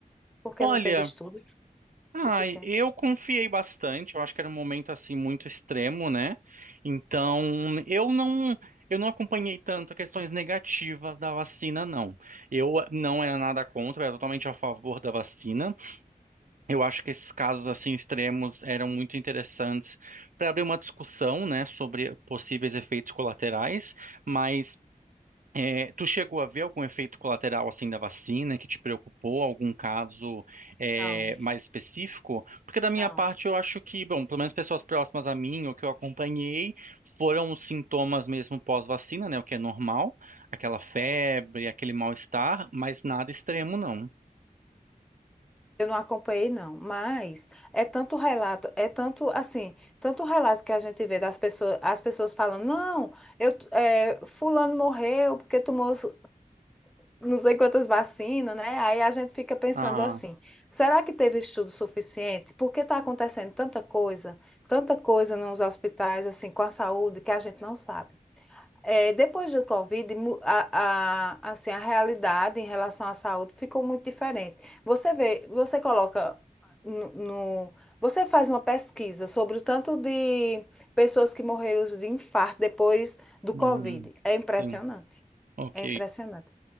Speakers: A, in the centre; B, on the right.
A: porque
B: Olha,
A: não teve estudo
B: ai,
A: suficiente.
B: eu confiei bastante, eu acho que era um momento assim muito extremo, né? Então, eu não eu não acompanhei tanto questões negativas da vacina, não. Eu não era nada contra, eu era totalmente a favor da vacina. Eu acho que esses casos assim extremos eram muito interessantes para abrir uma discussão, né, sobre possíveis efeitos colaterais. Mas é, tu chegou a ver algum efeito colateral assim da vacina que te preocupou? Algum caso é,
A: Não,
B: mais específico? Porque da minha
A: não.
B: parte eu acho que, bom, pelo menos pessoas próximas a mim ou que eu acompanhei foram os sintomas mesmo pós-vacina, né, o que é normal, aquela febre, aquele mal-estar, mas nada extremo não.
A: Eu não acompanhei, não, mas é tanto relato, é tanto assim, tanto relato que a gente vê das pessoas, as pessoas falando, não, eu, é, fulano morreu porque tomou os- não sei quantas vacinas, né? Aí a gente fica pensando
B: Ah,
A: assim, será que teve estudo suficiente? Porque está acontecendo tanta coisa, tanta coisa nos hospitais, assim, com a saúde, que a gente não sabe. É, depois do Covid, mu- a, a- assim, a realidade em relação à saúde ficou muito diferente. Você vê, você coloca no, no- você faz uma pesquisa sobre o tanto de pessoas que morreram de infarto depois do
B: hum,
A: Covid. É impressionante.
B: sim, ok,
A: É impressionante.